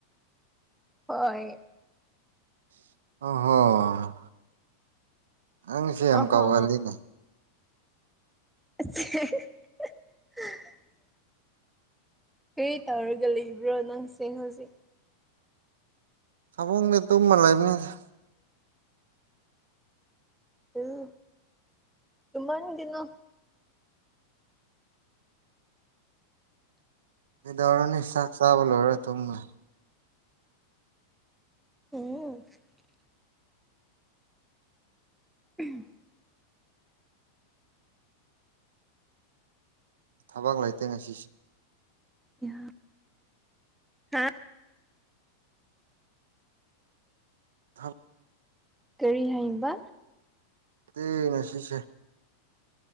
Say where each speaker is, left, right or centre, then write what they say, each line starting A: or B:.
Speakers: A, in the centre; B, on the right (about 80°).
A: ꯍꯣꯏ
B: <unintelligible> ꯅꯪꯁꯦ ꯌꯥꯝ
A: ꯑꯍꯣ
B: ꯀꯥꯎꯒꯜꯂꯤꯅꯦ
A: <unintelligible> ꯀꯔꯤ ꯇꯧꯔꯒ ꯂꯩꯕ꯭ꯔꯣ ꯅꯪꯁꯦ ꯍꯧꯖꯤꯛ
B: ꯐꯃꯨꯡꯗ ꯇꯨꯔ ꯂꯩꯕꯅꯤꯗ
A: ꯎꯝ ꯇꯨꯃꯟꯒꯤꯅꯨ
B: ꯀꯩꯗꯧꯔꯨꯅꯤ ꯆꯥꯛ ꯆꯥꯕꯂꯣꯏꯔ ꯇꯨꯝꯃ
A: <unintelligible> <unintelligible>
B: ꯊꯕꯛ ꯂꯩꯇꯦ ꯉꯁꯤꯁꯤ
A: ꯌꯥ ꯍꯥ
B: <unintelligible>
A: ꯀꯔꯤ ꯍꯥꯏꯕ
B: ꯇꯦ ꯉꯥꯁꯤꯁꯦ